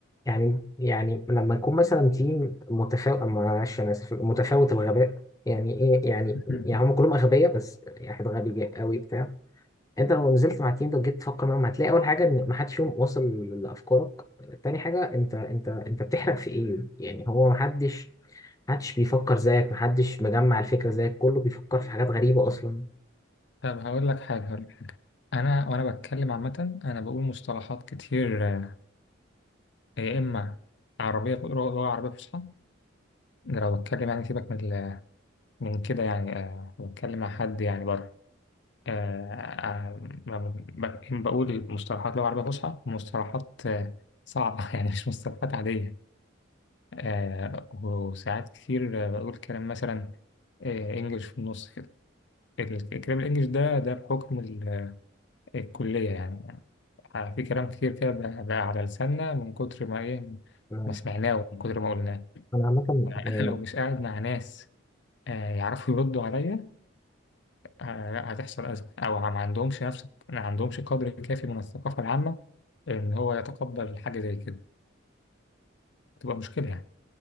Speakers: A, on the left; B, on the left.
A: يعني يعني لما يكون مثلا تيم متفاوت معلش انا اسف متفاوت الغباء يعني ايه يعني
B: <laughs>
A: يعني هم كلهم اغبياء بس يعني واحد غبي جا- قوي بتاع انت لو نزلت مع التيم ده وجيت تفكر معاهم هتلاقي اول حاجه ان ما حدش فيهم واصل لافكارك تاني حاجه انت انت انت بتحرق في ايه يعني هو ما حدش ما حدش بيفكر زيك ما حدش مجمع الفكره زيك كله بيفكر في حاجات غريبه اصلا
B: طب هقول لك حاجة انا وانا بتكلم عامه انا بقول مصطلحات كتير آه، يا اما عربيه بقول لغه عربيه فصحى ده لو بتكلم يعني سيبك من ال- من كده يعني آه، لو بتكلم مع حد يعني بره آه، آه، ب- ب- بقول مصطلحات لغه عربيه فصحى مصطلحات آه، صعبه <laughs> يعني مش مصطلحات عاديه آه، وساعات كتير آه، بقول كلام مثلا آه، انجلش في النص كده الكلام الانجليش ده ده بحكم ال- الكليه يعني آه، في كلام كتير كده بقى بقى على لساننا من كتر ما إيه
A: انا
B: ما سمعناه ومن كتر ما قلناه
A: أنا عامه
B: <laughs> فأنا
A: يعني
B: لو مش قاعد مع ناس آه، يعرفوا يردوا عليا آه، هتحصل أزمة أو ما عندهمش نفس ما عندهمش قدر كافي من الثقافة العامة إن هو يتقبل حاجة زي كده تبقى مشكلة يعني